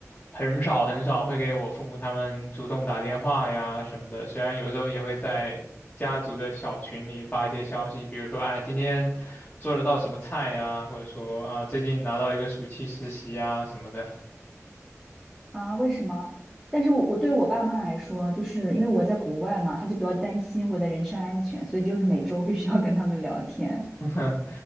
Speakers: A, on the left; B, in the centre.
A: 很少很少会给我父母他们主动打电话呀什么的，虽然有时候也会在家族的小群里发一些消息，比如说，哎，今天做了道什么菜呀，或者说啊，最近拿到一个暑期实习啊什么的。
B: 啊，为什么？但是我我对我爸妈来说，就是因为我在国外嘛，他就比较担心我的人身安全，所以就是每周必须要跟他们聊天。
A: <laughs>